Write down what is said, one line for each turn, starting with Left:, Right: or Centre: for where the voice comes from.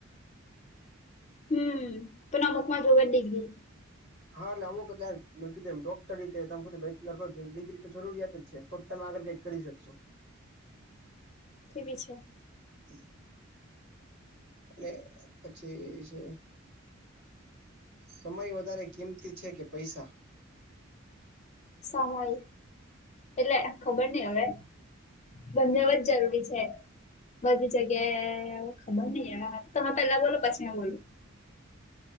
Left: હમ્મ તોના અમુક માં જોવે ડિગ્રી
Right: હા એટલે અમુક યાર કીધૂ એમ ડોક્ટર રીતે તમ બેચલર કરો છો ડિગ્રી તો જરૂરિયાત જ છે તો તમે આગળ કંઈક કરી શકશો
Left: કેવી છે.
Right: <unintelligible> અને પછી <unintelligible> સમય વધારે કિંમતી છે, કે પૈસા.
Left: સમય. એટલે ખબર નઈ હવે બંનેવ જ જરૂરી છે. બધી જગ્યા ખબર નઈ તમે પેલા બોલો પછી એ બોલો.